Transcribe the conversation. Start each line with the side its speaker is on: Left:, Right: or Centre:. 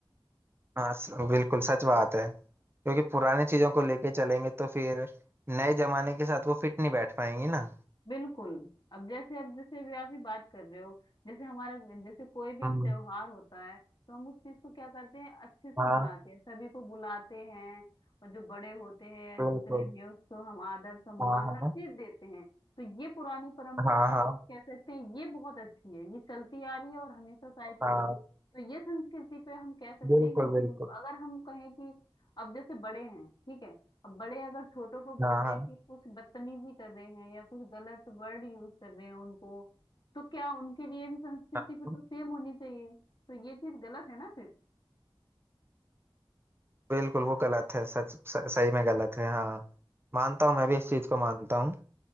Right: हाँ स- बिल्कुल सच बात है क्योंकि पुरानी चीजों को लेके चलेंगे तो फिर नए जमाने के साथ वो फिट नहीं बैठ पाएंगी ना
Left: बिल्कुल अब जैसे अब जैसे भी आप ही बात कर रहे हो जैसे हमारा जैसे कोई भी हम
Right: हम्म,
Left: त्योहार होता है तो हम उस चीज को क्या करते हैं अच्छे से
Right: हाँ
Left: मनाते हैं सभी को बुलाते हैं और जो बड़े होते हैं
Right: बिल्कुल
Left: जितने भी हैं उसको हम आदर सम्मान
Right: हाँ
Left: हर
Right: हाँ
Left: चीज देते हैं तो ये पुरानी परंपरा
Right: हाँ
Left: जैसे
Right: हाँ
Left: कह सकते हैं ये बहुत अच्छी है ये चलती आ रही है और हमेशा शायद
Right: हाँ
Left: चलेगी तो ये संस्कृति पे हम कह सकते
Right: बिल्कुल
Left: हैं कि ये
Right: बिल्कुल
Left: बिल्कुल- अगर हम कहें कि अब जैसे बड़े हैं ठीक है अब बड़े अगर छोटों को बोल
Right: हाँ
Left: दे
Right: हाँ
Left: कि कुछ बदतमीजी कर रहे हैं या कुछ गलत वर्ड यूज कर रहे हैं उनको तो क्या उनके लिए भी संस्कृति
Right: हाँ,
Left: फिर तो सेम होनी चाहिए तो ये चीज गलत है ना फिर
Right: बिल्कुल वो गलत है सच स- सही में गलत है हाँ मानता हूँ मैं भी इस चीज को मानता हूँ